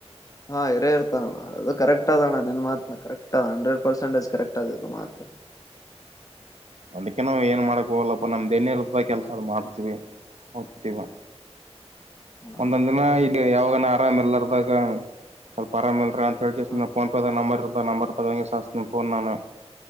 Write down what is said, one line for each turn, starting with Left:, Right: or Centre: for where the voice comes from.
Left: ಹಾ ಹ ಇರೇ ಇರ್ತಾನ ಅಣ್ಣ ಅದು ಕರೆಕ್ಟ್ ಅದಣ್ಣ ನಿನ್ ಮಾತನ correct. Hundred percent is correct ಇದ್ ಮಾತ್.
Right: ಅದಕ್ಕೆ ನಾವವು ಏನ್ ಮಾಡಕ್ ಹೋಗಲ್ಲಪ್ಪ ನಮ್ದ ಏನ ಇರ್ತ ಕೆಲ್ಸ ಮಾಡ್ತೀವಿ ಹೋಗತೀವಿ.
Left: <inaudible>
Right: ಒಂದೊಂದ್
Left: ಅಣ್ಣ
Right: ದಿನ
Left: ಕರೆಕ್ಟ್ ಅದ
Right: ಇಲ್ಲಿ ಯಾವಾಗನ ಆರಾಮ ಎಲ್ಲರ್ದಾಗ ಸ್ವಲ್ಪ, ಆರಾಮಲ್, <unintelligible>
Left: ಹ್ಮ್
Right: ಫೋನ್ ಪೆದ್ಗ ನಂಬರ್ ಇರತದ ನಂಬರ್ ತೊಗೊಂಡುಗೆಸಿ ಅಚ್ತಿನಿ ಫೋನ್ ನಾನ್.